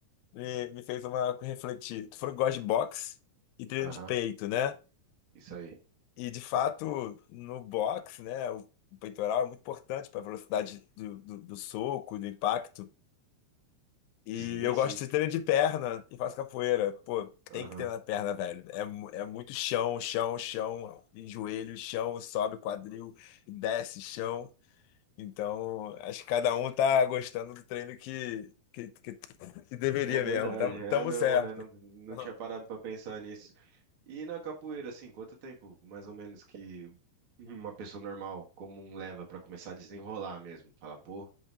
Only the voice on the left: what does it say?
me, me fez uma refletir. Tu falou que gosta de boxe e treino
de peito, né?
E de fato, no boxe, né? O peitoral é muito importante para a velocidade do, do, do soco, do impacto. E
eu
gosto de treinar de perna e faço capoeira. Pô,
tem que treinar perna, velho. É, mu- é muito chão, chão, chão, e joelho, chão, sobe quadril, desce chão. Então, acho que cada um tá gostando do treino que, que, que, que deveria
mesmo. Tamo,
tamo
certo.
<laughs>